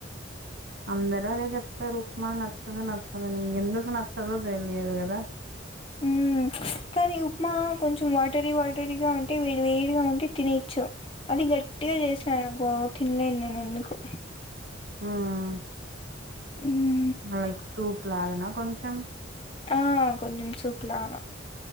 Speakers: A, on the right; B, on the left.
A: అందరూ అదే చెప్తారు ఉప్మా నచ్చదు నచ్చదు ఇంకెందుకు నచ్చదో తెలియదు కదా
B: మ్మ్ కానీ ఉప్మా కొంచెం వాటరీ వాటరీగా ఉంటే వేడి వేడిగా ఉంటే తినేయచ్చు అది గట్టిగా చేసాననుకో తినలేను నేను ఎందుకు
A: మ్మ్
B: మ్మ్
A: లైక్ సూప్ లాగానా కొంచెం
B: ఆ కొంచం సూపులాగా